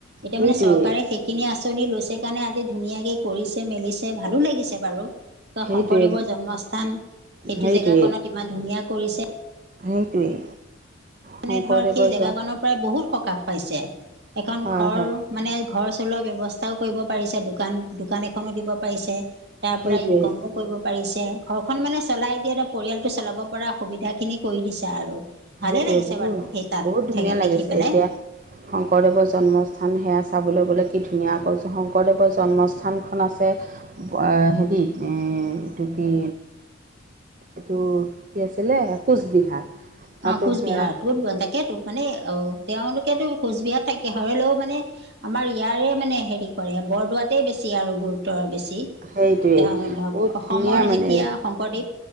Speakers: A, on the right; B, on the right.
A: এতিয়া
B: সেইটোৱেই
A: মানে চৰকাৰে সেই সেই খিনি আঁচনি লৈছে কাৰণে আজি ধুনীয়াকে কৰিছে মেলিছে ভালো লাগিছে বাৰু। বা
B: সেইটোৱে
A: শংকৰদেৱৰ জন্মস্থান সেইটো
B: সেইটোৱেই
A: জেগা কনত ইমান ধুনীয়া কৰিছে
B: সেইটোৱেই।
A: মানে
B: শংকৰদেৱৰ
A: ধৰ সেই জেগাকনৰ
B: জ
A: পৰাই বহুত সকাহ পাইছে এখন
B: হয়
A: ঘৰ
B: হয়
A: মানে ঘৰ চলোৱাৰ ব্যৱস্থাও কৰিব পাৰিছে দোকান দোকান এখনো দিব পাৰিছে। তাৰ
B: সেইটোৱেই
A: পৰা ইনকমো কৰিব। পাৰিছে ঘৰখন মানে চলাই দিয়ে এটা পৰিয়ালটো চলাব পৰা সুবিধা খিনি কৰি দিছে আৰু। ভালেই
B: সেইটোৱে
A: লাগিছে
B: বহুত
A: বাৰু সেই তাত
B: বহুত ধুনীয়া
A: সেইয়াত
B: লাগিছে
A: দেখি পেলাই।
B: এতিয়া শংকৰদেৱৰ জন্মস্থান সেয়া চাবলৈ গ'লে কি ধুনীয়া কৈছোঁ, শংকৰদেৱৰ জন্মস্থান খন আছে আঁ হেৰীত এ এইটো কি এইটো কি আছিল কোচবিহাৰ তাতো
A: অঁ, কোচবিহাৰ
B: সেয়া
A: কত তাকেতো মানে অ তেওঁলোকেতো কোচবিহাৰ তাকে হৰলেও মানে আমাৰ ইয়াৰে মানে হেৰি কৰে বৰদোৱাতে বেছি আৰু গুৰুত্ব আৰু বেছি। এতিয়া
B: সেইটোৱেই
A: ধৰক
B: বহুত
A: অসমৰ
B: ধুনীয়া মানে
A: যেতিয়া শংকৰদেৱ